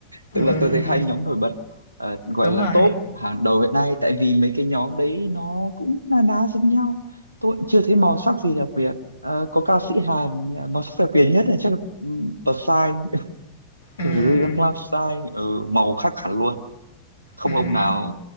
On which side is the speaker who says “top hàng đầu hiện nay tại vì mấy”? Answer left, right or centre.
Right